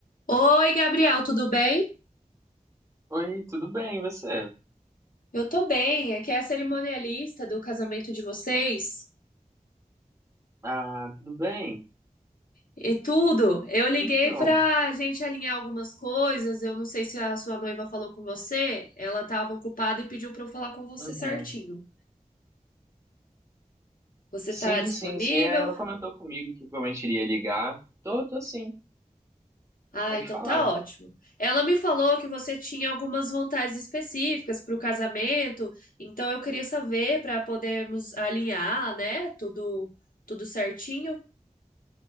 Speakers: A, on the left; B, on the right.
A: Oi, Gabriel, tudo bem?
B: Oi, tudo bem, e você?
A: Eu tô bem, aqui é a cerimonialista do casamento de vocês
B: Ah, tudo bem?
A: e tudo. Eu liguei
B: Então,
A: pra gente alinhar algumas coisas, eu não sei se a sua noiva falou com você, ela tava ocupada e pediu pra eu falar com você
B: uhum.
A: certinho. Você
B: Sim,
A: tá disponível?
B: sim, sim. é, Ela comentou comigo que provavelmente iria ligar. Tô, tô sim,
A: Ah,
B: pode
A: então
B: falar.
A: tá ótimo. Ela me falou que você tinha algumas vontades específicas pro casamento, então eu queria saber pra podermos alinhar, né? Tudo, tudo certinho.